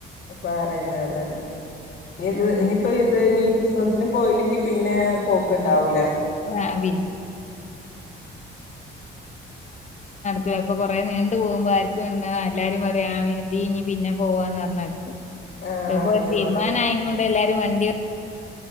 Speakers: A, on the left (about 65°); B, on the left (about 35°).
A: അപ്പ പറയണ അതന്നെ ഇനി
B: ആഹ്.
A: ഇനിപ്പോ ഇത് ഇീ ക്രിസ്മസിന് പോയില്ലെങ്കിൽ പിന്നെ പോക്ക് ഉണ്ടാവൂല
B: <inaudible> ചെലപ്പം കൊറെ നീണ്ടു പോകുമ്പോ ആർക്കും ഇ എല്ലാരും പറയാ ആതി ഇഞ് പിന്നെ പോവാന്ന് പറഞ്ഞർക്കും
A: ആഹ്
B: അധെപോലെ
A: അങ്ങനെ
B: തീരുമാനായ
A: പറയാ
B: കൊണ്ട് എല്ലാരും വണ്ടി